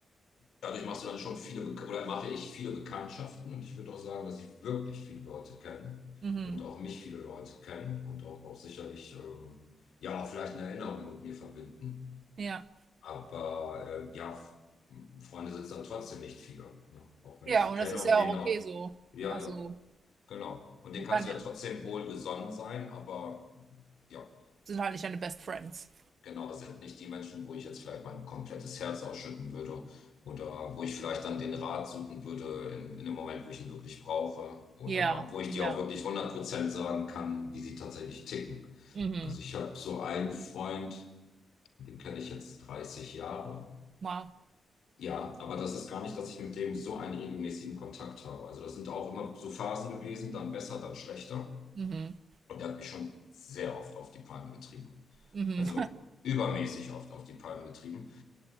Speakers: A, on the left; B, on the right.
A: Dadurch machst du dann schon viele, Bek- oder mache ich viele Bekanntschaften und ich würde auch sagen, dass ich wirklich viele Leute kenne
B: mhm.
A: und auch mich viele Leute kennen und auch, auch sicherlich, ähm, ja, auch vielleicht eine Erinnerung mit mir verbinden.
B: ja.
A: Aber ähm, ja, F- Freunde sind dann trotzdem nicht viele, ne? Auch wenn
B: Ja,
A: ich sie
B: und
A: kenne
B: das ist
A: und
B: ja
A: denen
B: auch
A: auch,
B: okay so.
A: ja,
B: Also,
A: ja, genau. Und denen
B: man
A: kannst
B: kann
A: du
B: ja.
A: ja trotzdem wohlgesonnen sein, aber ja.
B: Sind halt nicht deine Best Friends.
A: Genau, sind nicht die Menschen, wo ich jetzt vielleicht mein komplettes Herz ausschütten würde oder wo ich vielleicht dann den Rat suchen würde in, in dem Moment, wo ich ihn wirklich brauche oder
B: Ja,
A: wo ich dir
B: ja.
A: auch wirklich hundert Prozent sagen kann, wie sie tatsächlich ticken.
B: Mhm.
A: Also ich habe so einen Freund, den kenne ich jetzt 30 Jahre.
B: Wow.
A: Ja, aber das ist gar nicht, dass ich mit dem so einen regelmäßigen Kontakt habe. Also das sind auch immer so Phasen gewesen, dann besser, dann schlechter.
B: Mhm.
A: Und der hat mich schon sehr oft auf die Palme getrieben.
B: Mhm.
A: Also übermäßig oft auf die Palme getrieben.